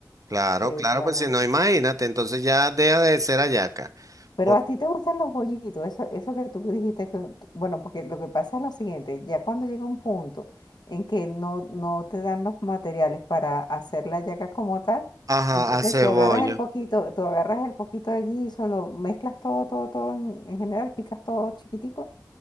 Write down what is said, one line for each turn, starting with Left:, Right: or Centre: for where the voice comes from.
Right: claro,
Left: que
Right: claro,
Left: bueno.
Right: pues si no, imagínate, entonces ya deja de ser hallaca.
Left: Pero
Right: Por-
Left: a ti te gustan los bollitos, eso, eso que tú dijiste que, que- bueno, porque lo que pasa es lo siguiente, ya cuando llega un punto en que no, no te dan los materiales para hacer la yaca como tal,
Right: Ajá,
Left: entonces
Right: hace
Left: tú
Right: bollo.
Left: agarras el poquito, tú agarras el poquito de guiso, lo mezclas todo, todo, todo en, en general, picas todo chiquitico